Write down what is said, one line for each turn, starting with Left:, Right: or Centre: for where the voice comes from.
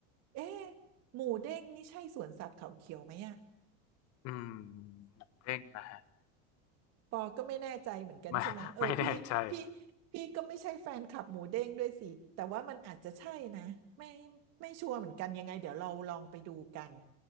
Right: เอ๊ะหมูเด้งนี่ใช่สวนสัตว์เขาเขียวไหมอะ
Left: อืมเด้งนะฮะ
Right: ปอก็ไม่แน่ใจเหมือนกันใช่ไหมเออพี่พี่
Left: ไม่ไม่แน่ใจ
Right: พี่ก็ไม่ใช่แฟนคลับหมูเด้งด้วยสิแต่ว่ามันอาจจะใช่นะไม่ไม่ชัวร์เหมือนกันยังไงเดี๋ยวเราลองไปดูกัน